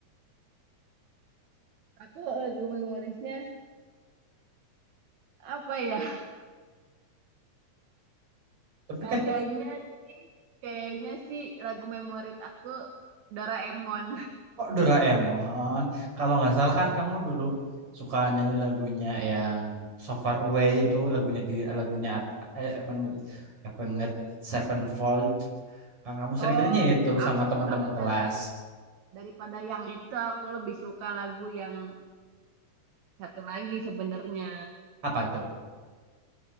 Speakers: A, on the right (about 65°); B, on the right (about 45°).
A: aku lagu memorisnya apa ya
B: Tapi
A: kayaknya
B: kan
A: sih kayaknya sih lagu memoris aku Doraemon
B: kok Doraemon, kalau nggak salah kan kamu dulu suka nyanyi lagunya yang So Far Away itu lagunya di lagunya At- eh, Avenged Avenged Sevenfold. Kan kamu sering
A: <laughs> oh
B: nyanyi itu
A: aku
B: sama teman-teman
A: aku
B: kelas.
A: dari daripada yang itu aku lebih suka lagu yang satu lagi sebenarnya
B: Apa itu?